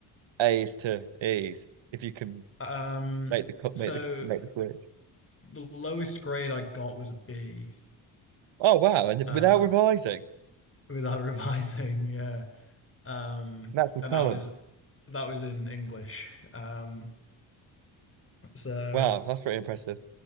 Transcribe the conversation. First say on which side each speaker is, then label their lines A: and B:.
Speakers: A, on the right; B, on the left.
A: A's to E's? If you can
B: Um,
A: make the co-
B: so
A: make the make the switch.
B: the lowest grade I got was a B,
A: Oh wow! And
B: um,
A: without revising,
B: without <laughs> revising, yeah. Um,
A: natural
B: and
A: talent.
B: that was that was in English. Um, so
A: Wow, that's pretty impressive.